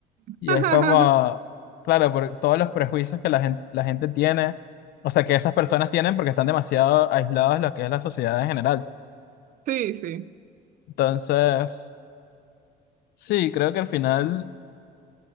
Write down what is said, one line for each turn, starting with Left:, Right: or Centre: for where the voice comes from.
Left: Y
Right: <laughs>
Left: es como, claro, por todos los prejuicios que la gente, la gente tiene, o sea, que esas personas tienen porque están demasiado aislados de lo que es la sociedad en general.
Right: Sí, sí.
Left: Entonces, sí, creo que al final